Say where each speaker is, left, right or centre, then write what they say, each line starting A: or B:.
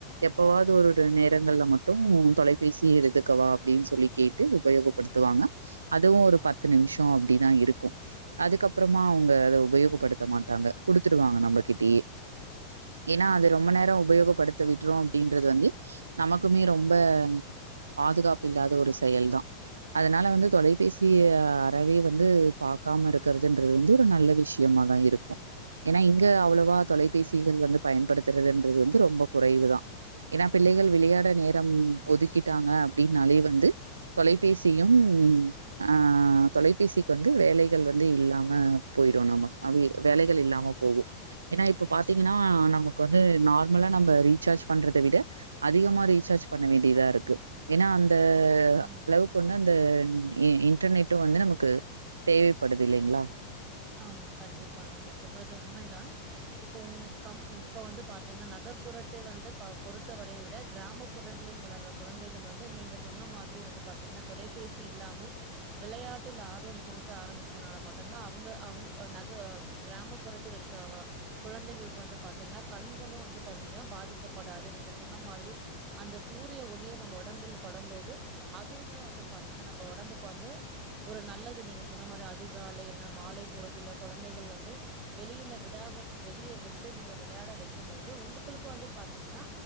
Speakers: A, on the right; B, on the right.
A: எப்பவாது ஒரு நேரங்கள்ல மட்டும் தொலைபேசி எடுத்துக்கவா அப்டின்னு சொல்லி கேட்டு உபயோக படுத்துவாங்க அதுவும் ஒரு பத்து நிம்ஷோ அப்டிதா இருக்கு க்கும் அதுக்கப்பறமா அவங்க அத உபயோகப்படுத்த மாட்டாங்க குடுத்துருவாங்க நம்மகிட்டயே ஏன்னா
B: ம்.
A: அது ரொம்ப நேரோ உபயோகப்படுத்த விட்றோ அப்டின்றது வந்து நமக்குமே ரொம்ப பாதுகாப்பு இல்லாத ஒரு செயல் தா அதனால வந்து தொலைபேசிய அறவே வந்து பாக்காம இருக்கிறதுன்றது வந்து ஒரு நல்ல விஷ்யமாதா இருக்கும் ஏன்னா இங்க அவ்வளவா தொலைபேசிகள் வந்து பயன்படுத்துறதுன்றது வந்து ரொம்ப குறைவு தா ஏன்னா பிள்ளைகள்
B: ம்.
A: விளையாட நேரம் ஒதுக்கிட்டாங்க அப்டின்னாலே வந்து தொலைபேசியும் ஆ தொலைபேசிக்கு வந்து வேலைகள் வந்து இல்லாம போயிடும் நம்ம அபி வேலைகள் இல்லாம போகும் ஏன்னா இப்போ பாத்தீங்கன்னா நமக்கு வந்து நார்மலா நம்ம ரீசார்ஜ் பண்றத விட அதிகமா ரீசார்ஜ் பண்ண வேண்டியதா இருக்கு ஏன்னா அந்த
B: ஆமா.
A: அந்த அளவுக்கு வந்து அந்த இன்டர்நெட்டும் வந்து நமக்கு தேவைப்படுது இல்லைங்களா
B: ஆமா கண்டிப்பா நீங்க சொல்றது உண்மைதான் இப்ப கம் இப்ப வந்து பாத்தீங்கன்னா நகர்ப்புறத்தை வந்து பொறுத்தவரை விட கிராமப் புறங்களில் வளர்ற குழந்தைகள் வந்து நீங்க சொன்ன மாதிரி வந்து பாத்தீங்கன்னா தொலைபேசி இல்லாமல் விளையாட்டில் ஆர்வம் செலுத்த ஆரம்பிச்சதுனால மட்டுந்தா அவங்க அவங்க நக கிராமப்புறத்தில் இருக்கங்க குழந்தைங்களுக்கு வந்து பாத்தீங்கன்னா கண்களும் வந்து பாத்தீங்கன்னா பாதிக்கப்படாது நீங்க சொன்ன மாதிரி அந்த சூரிய ஒளியு நம்ம உடம்பில் படம் போது அதுவுமே வந்து பாத்தீங்கா நம்ம ஒடம்புக்கு வந்து ஒரு நல்லது நீங்க சொன்ன மாதிரி அதிகாலை இல்லன்னா மாலை பொழுதுள்ள குழந்தைகள் வந்து வெளியில விடாத வெளியே விட்டு நீங்க விளையாட வைக்கும் போது உங்க உங்களுக்கு வந்து பாத்தீங்கன்னா